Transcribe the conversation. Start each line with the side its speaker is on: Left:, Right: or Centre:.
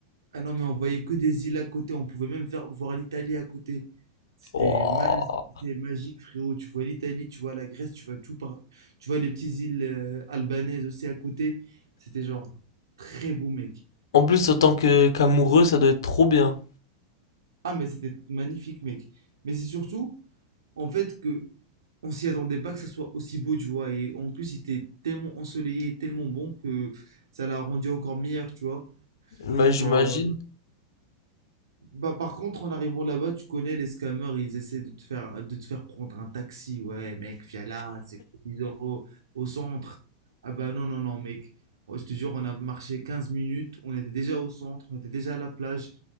Right: Ah non, mais on voyait que des îles à côté, on pouvait même ver- voir l'Italie à côté. C'était
Left: Wouah.
Right: ma- c'était magique, frérot. Tu vois l'Italie, tu vois la Grèce, tu vois tout par... Tu vois les petites îles euh, albanaises aussi à côté. C'était genre très beau, mec.
Left: En plus, autant que qu'amoureux, ça doit être trop bien.
Right: Ah, mais c'était magnifique, mec. Mais c'est surtout, en fait, que on s'y attendait pas que ça soit aussi beau, tu vois. Et en plus, il était tellement ensoleillé, tellement bon que ça l'a rendu encore meilleur, tu vois.
Left: Bah,
Right: Genre,
Left: j'imagine.
Right: euh, bah par contre, en arrivant là-bas, tu connais les scammers, ils essaient de te faire, de te faire prendre un taxi. Ouais, mec, viens là, c'est 10 euros au centre. Ah bah non, non, non, mec. Oh, Je te jure, on a marché 15 minutes, on était déjà au centre, on était déjà à la plage.